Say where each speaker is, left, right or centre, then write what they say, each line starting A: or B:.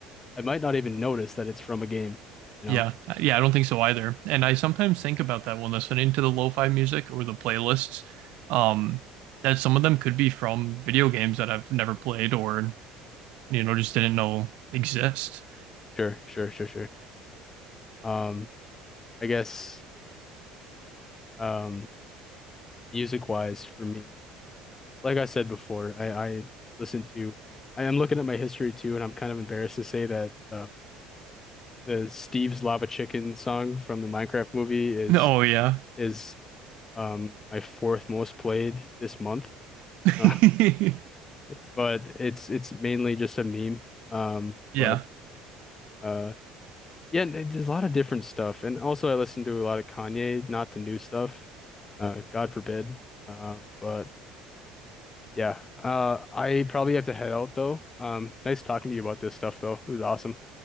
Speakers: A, on the left; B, on the right.
A: I might not even notice that it's from a game, you
B: yeah,
A: know?
B: yeah, I don't think so either. And I sometimes think about that when listening to the lo-fi music or the playlists. Um that some of them could be from video games that I've never played or you know, just didn't know exist.
A: Sure, sure, sure, sure. Um, I guess um music wise for me, like I said before, I, I listen to I am looking at my history too, and I'm kind of embarrassed to say that um the Steve's Lava Chicken song from the Minecraft movie is
B: Oh yeah.
A: is um my fourth most played this month.
B: <laughs>
A: Uh,
B: yeah.
A: <laughs> but it's it's mainly just a meme. Um,
B: Yeah.
A: but uh Yeah, and it- there's a lot of different stuff. And also I listen to a lot of Kanye, not the new stuff. Uh, God forbid. Uh, but yeah. Uh, I probably have to head out though. Um, nice talking to you about this stuff though. It was awesome.